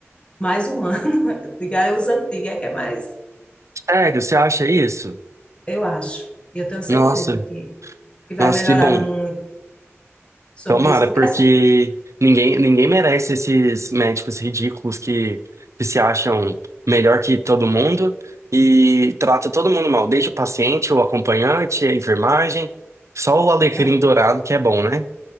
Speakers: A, on the left (about 20°); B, on the right (about 80°).
A: mais humana. <laughs> Diga, Os antigos é que é mais,
B: Sério, você acha isso?
A: eu acho. E eu tenho certeza
B: Nossa,
A: que, que vai
B: nossa,
A: melhorar
B: que bom.
A: muito sobre
B: Tomara,
A: isso. Porque
B: porque
A: assim.
B: ninguém, ninguém merece esses médicos ridículos que, que se acham melhor que todo mundo e trata todo mundo mal, desde o paciente, o acompanhante, a enfermagem, só o alecrim
A: é,
B: dourado que é bom, né?